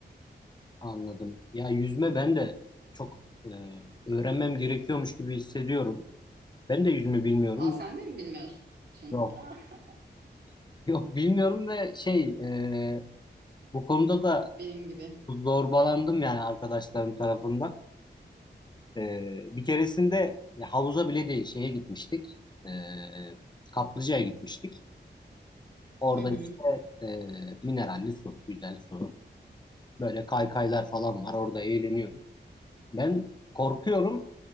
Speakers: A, on the left; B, on the right.
A: Anladım. Ya yüzme ben de çok e, öğrenmem gerekiyormuş gibi hissediyorum. Ben de yüzme bilmiyorum.
B: Aa, sen de mi bilmiyorsun?
A: Yok.
B: Ah,
A: <laughs> Yok bilmiyorum ve şey e, bu konuda da
B: benim gibi.
A: zorbalandım yani arkadaşlarım tarafından. E, bir keresinde ya havuza bile değil şeye gitmiştik. E, Kaplıca'ya gitmiştik. Orada
B: Hı hı.
A: işte e, mineralli su, güzel su. Böyle kaykaylar falan var. Orada eğleniyoruz. Ben korkuyorum.